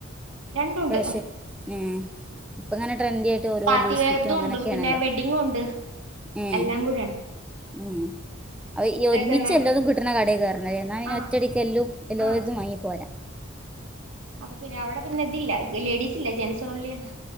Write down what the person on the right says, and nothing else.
രണ്ടും ഉണ്ട്
പാർട്ടി
വെയർതും
ഉണ്ട് പിന്നെ വെഡ്ഡിങ്ങും ഉണ്ട്
എല്ലാം കൂടെയാണ്
തന്നെ
ആഹ്
ആഹ്
അപ്പൊ പിന്നെ അവിടെ പിന്നെ ഇതില്ല ലേഡീസ് ഇല്ല ജെന്റ്സ് ഓൺലിയാണ്.